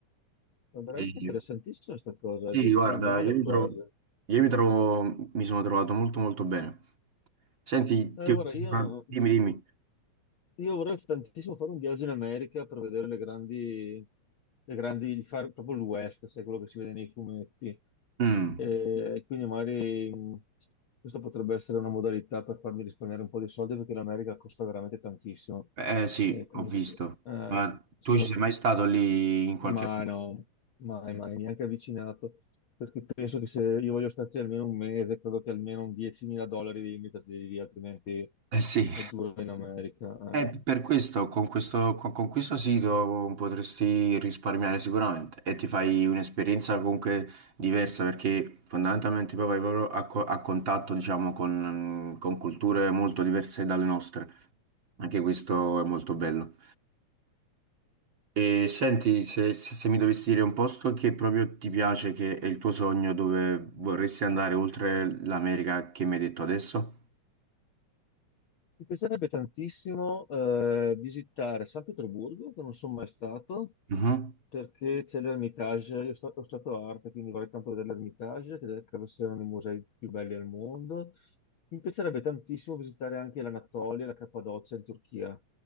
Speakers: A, on the left; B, on the right.
A: È veramente
B: E-
A: interessantissima questa cosa,
B: Sì,
A: gen-
B: guarda,
A: geniale
B: io mi
A: quasi.
B: trovo, io mi trovo- mi sono trovato molto molto bene. Senti,
A: Eh,
B: ti-
A: guarda, io,
B: dimmi, dimmi.
A: io vorrei tantissimo fare un viaggio in America per vedere le grandi, le grandi, fare proprio l'West, sai, quello che si vede nei fumetti.
B: Mm,
A: E quindi magari mh, questa potrebbe essere una modalità per farmi risparmiare un po' di soldi perché l'America costa veramente tantissimo.
B: eh sì,
A: E quindi
B: ho visto.
A: se eh,
B: Ma
A: se
B: tu
A: uno...
B: ci sei mai stato lì in qualche...
A: Ma no, mai, mai, neanche avvicinato. perché penso che se io voglio starci almeno un mese, credo che almeno un 10.000 dollari devi metterli lì, altrimenti
B: Eh sì,
A: è duro in America.
B: Eh,
A: eh.
B: per questo, con questo, con, con questo sito potresti risparmiare sicuramente e ti fai un'esperienza comunque diversa perché fondamentalmente poi vai proprio a, co- a contatto, diciamo, con, con culture molto diverse dalle nostre. Anche questo è molto bello. E senti, se, se- se mi dovessi dire un posto che proprio ti piace, che è il tuo sogno, dove vorresti andare oltre l'America che mi hai detto adesso?
A: Mi piacerebbe tantissimo eh, visitare San Pietroburgo, che non sono mai stato,
B: Mhm.
A: perché c'è l'Ermitage, io sta- ho stato arte, quindi vorrei tanto vedere l'Ermitage, che credo sia uno dei musei più belli al mondo. Mi piacerebbe tantissimo visitare anche l'Anatolia, la Cappadocia in Turchia.